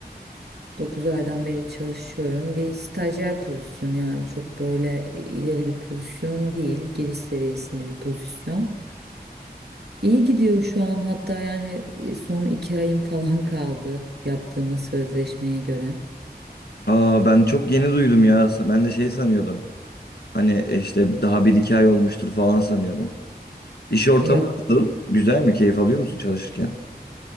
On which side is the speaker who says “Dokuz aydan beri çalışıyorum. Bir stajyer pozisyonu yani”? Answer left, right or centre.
Right